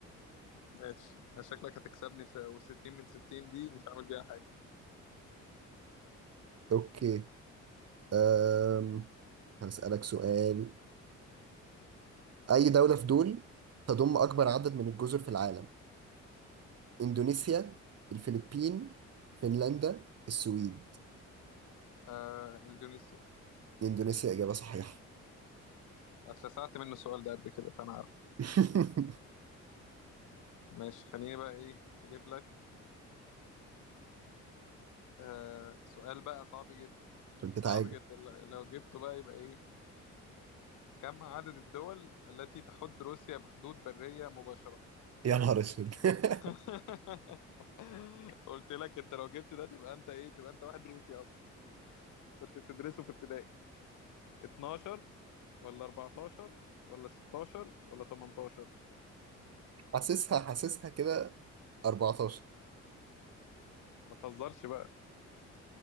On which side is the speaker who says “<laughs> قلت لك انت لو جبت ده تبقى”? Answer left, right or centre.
Left